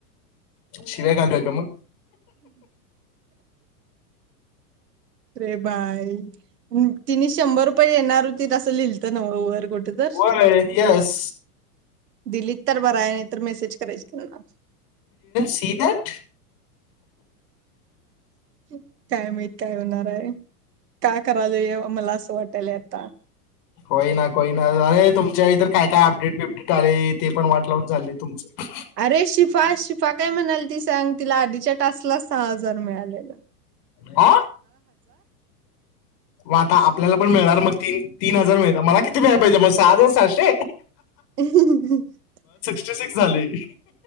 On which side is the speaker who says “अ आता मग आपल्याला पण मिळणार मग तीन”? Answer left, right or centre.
Left